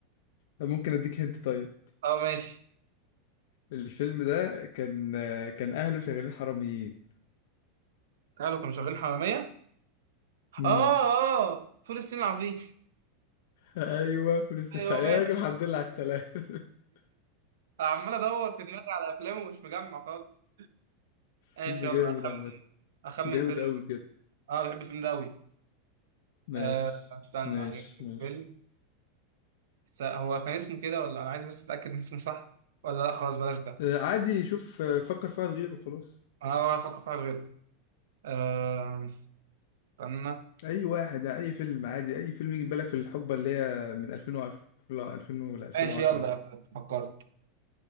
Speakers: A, on the left (about 65°); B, on the right (about 85°).
A: ممكن اديك هنت طيب
B: اه ماشي
A: الفيلم ده كان كان اهله شغالين حراميين
B: قالوا كانوا شغالين حرامية
A: امم
B: اه اه فول الصين العظيم
A: ايوه فلوس
B: ايوه
A: الخ- يا
B: ماشي
A: راجل الحمد لله على السلامة <laughs>
B: عمال ادور في دماغي على افلامه ومش مجمع خالص
A: بس
B: ماشي
A: فيلم جامد
B: يلا اخمن
A: عامة
B: اخمن
A: جامد
B: فيلم
A: قوي بجد
B: اه بحب الفيلم ده قوي
A: ماشي
B: آه، استنى
A: ماشي
B: أجيب
A: ماشي
B: فيلم س- هو كان اسمه كده ولا انا عايز بس اتاكد ان اسمه صح ولا لا خلاص بلاش ده
A: آه، عادي شوف آه، فكر في واحد غيره خلاص
B: اه ولا افكر فيها غير آه، استنى
A: اي واحد اي فيلم عادي اي فيلم يجي في بالك في الحقبة اللي هي من 2000 و 2000 ل 2010
B: ماشي يلا
A: دي
B: يلا فكرت